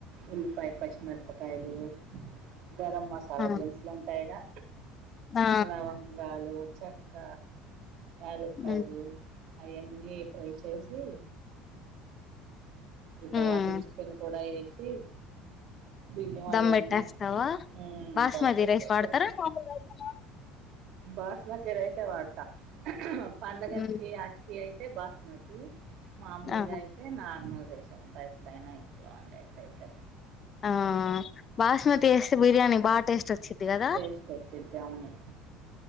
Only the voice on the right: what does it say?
ఉల్లిపాయ పచ్చిమిరపకాయలు గరం మసాలా
దినుసులు ఉంటాయిగా
లవంగాలు చెక్క యలక్కాయిలు
అయి అన్నీ ఫ్రై చేసి ఈ తర్వాతి
చికెన్ కూడా వేసి బియ్యం
అయన్నీ
ఉమ్
దమ్ పెట్టేసి
ఉంటాం
బాస్మతి రైస్ ఏ వాడతా పండగలకి
ఆటికి అయితే బాస్ మతి మామూలుగా
అయితే నార్మల్ రైస్ సొంత ఎప్పుడైనా ఇంట్లో ఉండట్టయితే
టేస్ట్ వచ్చిద్ది అవును